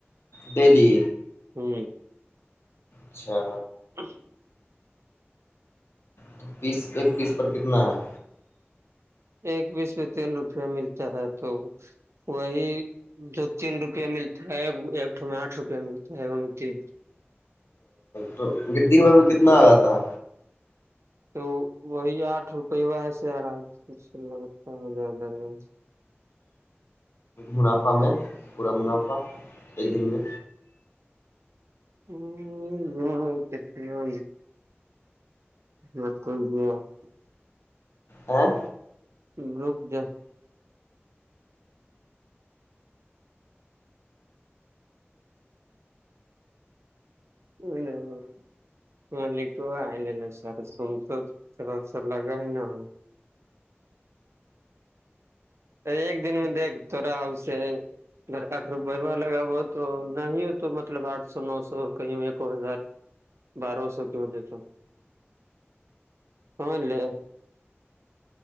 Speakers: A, on the left (about 70°); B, on the right (about 85°).
A: دہلی
B: ہوں
A: اچھا
B: <unintelligible>
A: تو پیس ایک پیس پر کتنا ہے
B: ایک بیس میں تین روپیہ ملتا ہے تو وہی جو تین روپیہ ملتا ہے ایکٹ میں آٹھ روپیہ ملتا ہے تین
A: تو دن بھر میں کتنا آ جاتا
B: تو وہی آٹھ روپے و ایسے لگ ہو جیادہ نہیں
A: منافع میں پورا منافع ایک دن میں
B: ہ ہ جت ج <unintelligible> <unintelligible> جت گ ہے <unintelligible> <unintelligible>
A: ہاں
B: گروپ جو <unintelligible> ا ج <unintelligible> <unintelligible> مالک آئ سارا سم تو تھا سا لگا ہے نا <unintelligible> ارے ایک دن میں دیکھ تو رہا اس سے اگر آٹھ روپے ہو لگا ہوا تو نہیں ہو تو مطلب آٹھ سو نو سو کہیں ایکو ہزار بارو سو کی ہو دیتا سمج لے